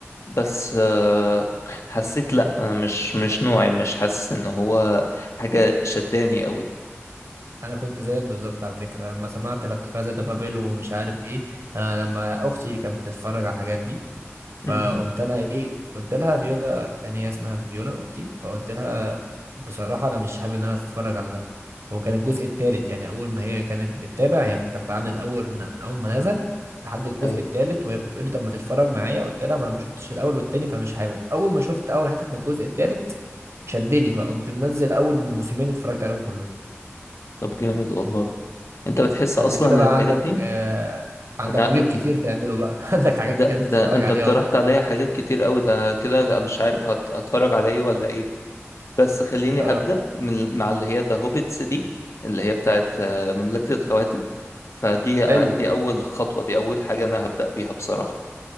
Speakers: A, on the left; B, on the right.
A: بس أه حسيت لا انا مش مش نوعي مش حاسس ان هو حاجة شداني قوي
B: انا كنت زيك بالظبط على فكره لما سمعت لا كازا دي بابيل ومش عارف ايه انا لما اختي كانت بتتفرج على الحاجات دي فقمت
A: امم
B: انا ايه قلت لها فيولا يعني هي اسمها فيولا اختي فقلت لها بصراحه انا مش حابب ان انا اتفرج على ده هو كان الجزء الثالث يعني اول ما هي كانت بتتابع هي متابعه من الاول من اول ما نزل لحد الجزء
A: ايوه
B: الثالث وهي بتقول لي طب ما تتفرج معايا قلت لها ما انا ما شفتش الاول والتاني فمش حابب اول ما شفت اول حتت من الجزء الثالث شدني بقى قمت منزل اول موسمين اتفرجت عليهم كلهم
A: طب جامد والله انت بتحس
B: فانت
A: اصلا
B: كده
A: إن
B: بقى
A: الحاجات
B: عندك
A: دي
B: آه عندك
A: انا
B: واجب
A: أن-
B: كتير تعمله بقى <laughs> عندك حاجات
A: ده
B: كتير
A: ده
B: تتفرج
A: انت
B: عليها
A: اقترحت
B: اهو
A: عليا حاجات كتير قوي ده كده لا مش عارف هت... هتفرج على ايه ولا ايه بس خليني
B: اه
A: هبدأ من مع اللي هي ذا هوبيتس دي اللي هي بتاعت آه، مملكة الخواتم فدي
B: حلو
A: آه، دي اول خطوة دي اول حاجة انا هبدأ بيها بصراحة